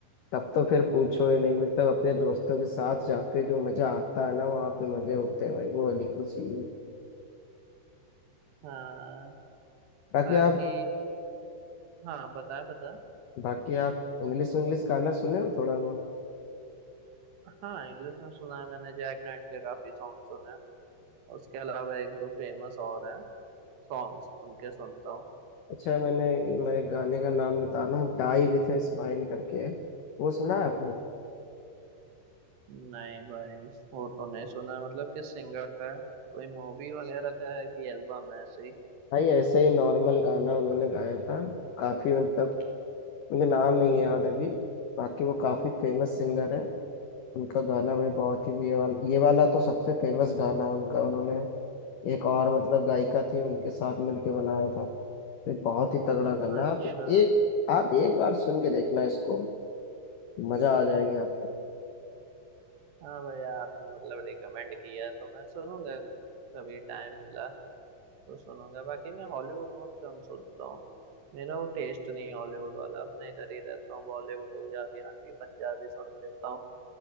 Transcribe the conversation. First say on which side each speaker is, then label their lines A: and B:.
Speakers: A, on the left; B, on the right.
A: तब तो फिर पूछो ही नहीं मतलब अपने दोस्तों के साथ जाके जो मजा आता है ना वहाँ पे मजे होते हैं भाई वो अलग ही चीज है
B: हाँ
A: बाकी
B: बाकी
A: आप
B: हाँ बताए बताए
A: बाकी आप इंग्लिश इंग्लिश गाना सुने हो थोड़ा बहुत
B: हाँ इंग्लिश में सुना है मैंने जैक नाइट के काफी सॉन्ग सुने हैं उसके अलावा एक दो फेमस और हैं सॉन्ग्स उनके सुनता हूँ
A: अच्छा मैंने मैं गाने का नाम बता रहा हूँ डाई विथ ए स्माइल करके है वो सुना है आपने
B: नहीं भाई वो तो नहीं सुना है। मतलब किस सिंगर का है कोई मूवी वगैरह का है कि एल्बम है ऐसे ही
A: भाई ऐसे ही नॉर्मल गाना उन्होंने गाया था काफी मतलब मुझे नाम नहीं याद अभी बाकी वो काफी फेमस सिंगर है उनका गाना भाई बहुत ही ये वाला ये वाला तो सबसे फेमस गाना है उनका उन्होंने एक और मतलब गायिका थी उनके साथ मिलके बनाया था ये बहुत ही तगड़ा गाना
B: अच्छा
A: आप एक आप एक बार सुन के देखना इसको मजा आ जाएगी आपको
B: हाँ भाई आपने मतलब रिकमेंड किया है तो मैं सुनूंगा कभी टाइम मिला तो सुनूंगा बाकी मैं हॉलीवुड बहुत कम सुनता हूँ मेरा वो टेस्ट नहीं है हॉलीवुड वाला अपने इधर ही रहता हूँ बॉलीवुड हो या हरियाणवी पंजाबी सुन लेता हूँ